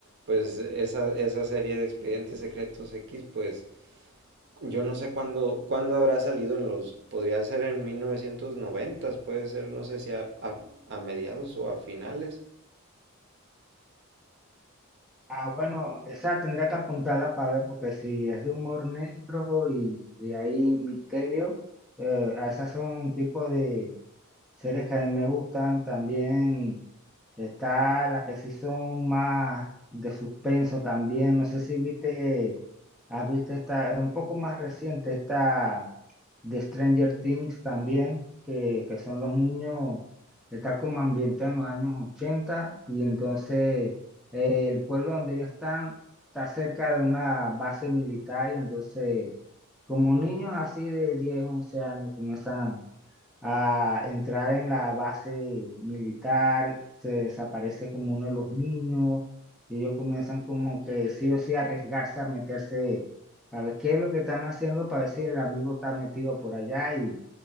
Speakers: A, on the right (about 50°); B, in the centre.
A: pues esa, esa serie de Expedientes Secretos X, pues Yo no sé cuándo, cuándo habrá salido en los, podría ser en 1990, puede ser, no sé si a, a- a mediados o a finales,
B: Ah, bueno, esa tendría que apuntarla para ver, porque si es de humor negro y, y hay misterio, eh, esas son un tipo de, Series que a mí me gustan también. Está las que sí son más de suspenso también. No sé si viste, has visto esta, es un poco más reciente, esta de Stranger Things también, que, que son los niños, está como ambientada en los años 80 y entonces eh, el pueblo donde ellos están está cerca de una base militar y entonces como niños así de 10 11 años comienzan a entrar en la base militar, se desaparece como uno de los niños, y ellos comienzan como que sí o sí a arriesgarse a meterse a ver qué es lo que están haciendo para ver si el amigo está metido por allá y